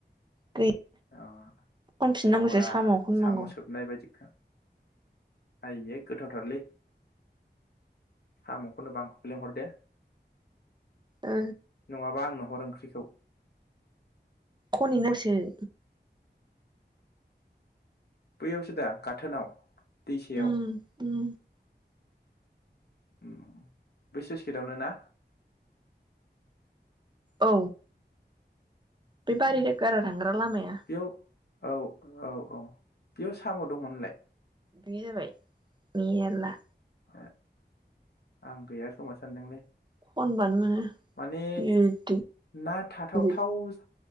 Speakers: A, on the right (about 25°); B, on the left (about 65°).
A: गै
B: अ
A: खनफिननांगौसो
B: टावरा
A: साम' खननांगौ
B: साम' सोबनाय बायदिखा। आइयै गोथावथारलै साम' खनोबा आंखौबो लेंहर दे।
A: ओ
B: नङाबा आंनो हर ओं ख्रिखौ
A: खनै <unintelligible>
B: बैयावसो दा गाथोनाव? दैसायाव
A: उम उम
B: उम्म बै सुइस गेटावनो ना?
A: औ बेबारि
B: उम,
A: गारा थांग्रा लामाया
B: बेयाव औ औ औ बेयाव साम' दंमोन होनलाय?
A: गैया जाबाय मेरला।
B: ए आं गैया खोमा सानदोंलै।
A: खनबानो मोनो
B: माने
A: गिदिर
B: ना थाथावथाव
A: गिदिर
B: स